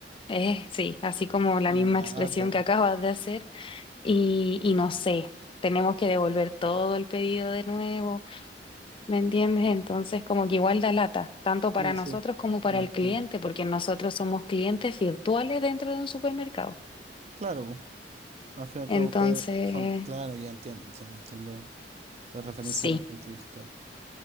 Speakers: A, on the left; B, on the right.
A: eh, sí, así como
B: qué
A: la misma
B: lata.
A: expresión que acabas de hacer, y, y no sé, tenemos que devolver todo el pedido de nuevo, ¿me entiendes? Entonces, como que igual da lata, tanto para
B: Sí,
A: nosotros
B: sí,
A: como para
B: imagino.
A: el cliente, porque nosotros somos clientes virtuales dentro de un supermercado.
B: Claro, al fin y al
A: Entonces...
B: cabo ustedes son, claro, ya entiendo, entiendo, entiendo la referencia
A: Sí,
B: al ambiente virtual.